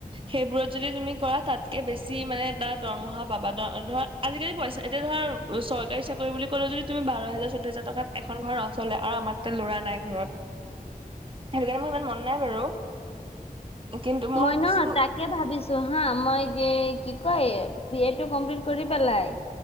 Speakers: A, on the right; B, on the left.
A: সেইবোৰত যদি তুমি কৰা তাতকে বেছি মানে এটা দৰমহা পাবা, দ-ধৰা আজিকালি পইচা এতিয়া ধৰা চৰকাৰী চাকৰি বুলি ক'লেও যদি তুমি বাৰ, হাজাৰ চৈধ্য হাজাৰ, টকাত এখন ঘৰ নচলে, আৰু আমাৰ ল'ৰা নাই ঘৰত, সেইটো কাৰণে মোৰ ইমান মন নাই বাৰু। কিন্তু
B: মই
A: ভাবিছো
B: ন তাকে ভাবিছো হা, মই যে, কি কয়? বি এ টো কম্পিল্ট কৰি পেলাই